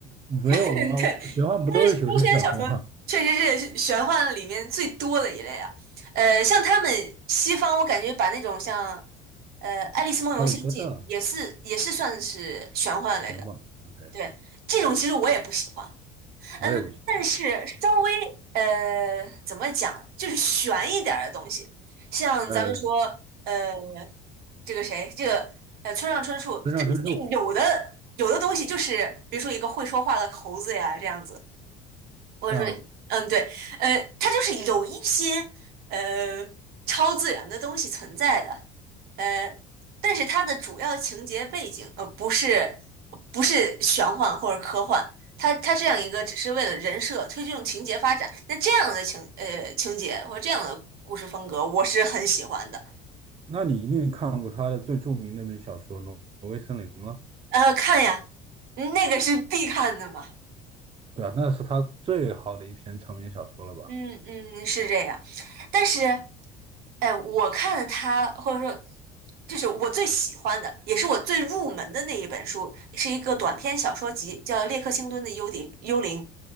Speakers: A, on the right (about 35°); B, on the right (about 65°).
A: 没有吗？
B: <laughs> 对，
A: 我玄幻不都是求生小说吗？
B: 但是修仙小说确实是玄幻里面最多的一类啊。呃，像他们西方，我感觉把那种像呃《爱丽丝梦游仙境》也是也是算是玄幻类的。
A: 哈利波特玄幻，OK，
B: 对，这种其实我也不喜欢。
A: 我也不行。
B: 嗯，但是稍微呃怎么讲，就是悬一点儿的东西，像咱们说呃
A: 呃，
B: 这个谁这个呃村上春树，
A: 村上春树，
B: 它里面有的有的东西就是比如说一个会说话的猴子呀这样子。我说，
A: 像，
B: 嗯，对，呃，它就是有一些呃超自然的东西存在的，呃，但是它的主要情节背景呃不是不是玄幻或者科幻，它它这样一个只是为了人设推动情节发展，那这样的情呃情节或这样的故事风格，我是很喜欢的。
A: 那你一定看过他的最著名那本小说《挪挪威森林》了。
B: 呃，看呀，那个是必看的嘛。
A: 对啊，那是他最好的一篇长篇小说了吧？
B: 嗯嗯，是这样。但是，哎，我看了他，或者说，就是我最喜欢的，也是我最入门的那一本书，是一个短篇小说集，叫《列克星敦的幽灵幽灵》。